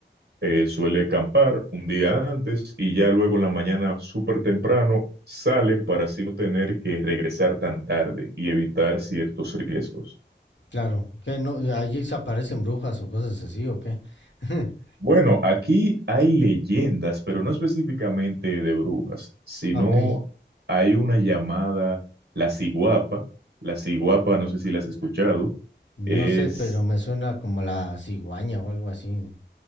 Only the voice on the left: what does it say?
Claro, que no, eh, allí se aparecen brujas o cosas así, ¿o qué? <laughs>
Ok,
no
sé, pero me suena como la cigüeña o algo así.